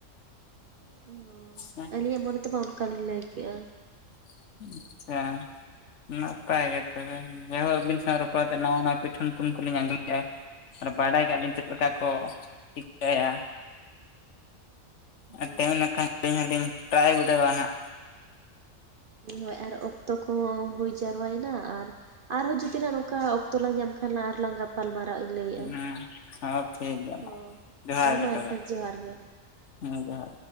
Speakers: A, on the right; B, on the left.
A: <inaudible>
B: ᱦᱮᱸ <inaudible>
A: ᱟᱹᱞᱤᱧᱟᱜ ᱢᱚᱱᱮ ᱛᱮᱢᱟ ᱚᱱᱠᱟ ᱞᱤᱧ ᱞᱟᱹᱭ ᱠᱮᱜ-ᱟ᱾
B: ᱟᱪᱪᱷᱟ ᱱᱟᱯᱟᱭ ᱜᱮ ᱛᱚᱵᱮ ᱡᱟᱭᱦᱩᱠ ᱟᱹᱵᱤᱱ ᱥᱟᱶ ᱨᱚᱯᱚᱲ ᱠᱟᱛᱮ ᱱᱟᱣᱟ ᱱᱟᱣᱟ ᱯᱤᱴᱷᱟᱹ ᱧᱩᱛᱩᱢ ᱠᱚᱞᱤᱧ ᱟᱸᱡᱚᱢ ᱠᱮᱫ-ᱟ᱾ ᱟᱨ ᱵᱟᱰᱟᱭ ᱠᱮᱜ-ᱟ ᱞᱤᱧ ᱪᱮᱫ ᱞᱮᱠᱟ ᱠᱚ ᱪᱤᱠᱟᱹᱭᱟ᱾ ᱟᱨ
A: ᱦᱳᱭ
B: ᱛᱟᱸᱦᱮᱸ ᱞᱮᱱᱠᱷᱟᱱ ᱟᱹᱞᱤᱧ ᱦᱚᱸᱞᱤᱧ ᱴᱨᱟᱭ ᱵᱤᱰᱟᱹᱣᱟ ᱱᱟᱜ
A: ᱦᱳᱭ ᱟᱨ ᱚᱠᱛᱚ ᱠᱚ ᱦᱚᱸ ᱦᱩᱭ ᱡᱟᱨᱣᱟᱭᱮᱱᱟ ᱟᱨ ᱟᱨᱦᱚᱸ ᱡᱩᱫᱤ ᱱᱟᱜ ᱱᱚᱝᱠᱟ ᱚᱠᱛᱚ ᱞᱟᱝ ᱧᱟᱢ ᱠᱷᱟᱱ ᱞᱟᱝ ᱟᱨᱦᱚᱸ ᱞᱟᱝ ᱜᱟᱯᱟᱞ ᱢᱟᱨᱟᱜ-ᱟ ᱤᱧ ᱞᱟᱹᱭᱮᱫ-ᱟ᱾
B: ᱦᱮᱸ ᱦᱚᱸ ᱴᱷᱤᱠ ᱜᱮᱭᱟ᱾
A: ᱦᱚᱸ
B: ᱢᱟ ᱡᱚᱦᱟᱨ
A: ᱦᱚᱸ ᱢᱟ
B: ᱜᱮ ᱛᱚᱵᱮ
A: ᱮᱱᱠᱷᱟᱱ ᱡᱚᱦᱟᱨ ᱜᱮ᱾
B: ᱦᱮᱸ ᱡᱚᱦᱟᱨ